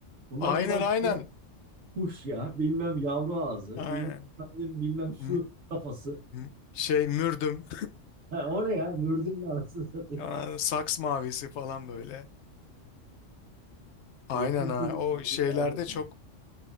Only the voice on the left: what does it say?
Aynen
aynen.
Aynen.
M-
m- şey mürdüm.
<laughs> Aa, Saks mavisi falan böyle. Aynen
ha. O
şeylerde çok.